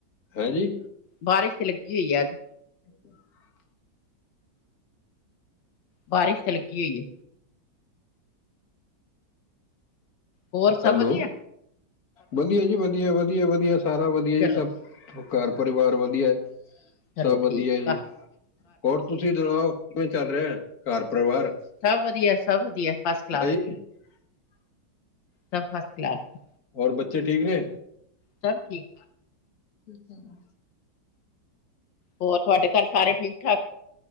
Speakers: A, on the left (about 55°); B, on the left (about 80°).
A: ਹੈਂ ਜੀ
B: ਬਾਰਿਸ਼ ਤੇ ਲੱਗੀ ਹੋਈ ਏ ਅੱਜ।
A: ਅੱਛਾ <unintelligible>
B: ਬਾਰਿਸ਼ ਤੇ ਲੱਗੀ ਹੋਈ ਏ। ਹੋਰ ਸਭ
A: ਹੈਲੋ।
B: ਵਧੀਆ
A: ਵਧੀਆ ਜੀ ਵਧੀਆ, ਵਧੀਆ, ਵਧੀਆ ਸਾਰਾ ਵਧੀਆ
B: ਚਲੋ
A: ਜੀ ਸਭ ਉਹ ਘਰ ਪਰਿਵਾਰ ਵਧੀਆ
B: ਚਲੋ
A: ਸਭ ਵਧੀਆ
B: ਠੀਕ
A: ਜੀ
B: ਆ।
A: ਹੋਰ ਤੁਸੀਂ ਸੁਣਾਓ, ਕਿਵੇਂ ਚੱਲ ਰਿਹੈ ਘਰ ਪਰਿਵਾਰ?
B: ਸਭ ਵਧੀਆ ਸਭ ਵਧੀਆ ਫਸ ਕਲਾਸ।
A: ਹੈ <inaudible>
B: ਸਭ ਫਸਟ ਕਲਾਸ।
A: ਹੋਰ ਬੱਚੇ ਠੀਕ ਨੇ
B: ਸਭ ਠੀਕ।
A: ਠੀਕ ਹੈ। <inaudible>
B: ਹੋਰ ਤੁਹਾਡੇ ਘਰ ਸਾਰੇ ਠੀਕ- ਠਾਕ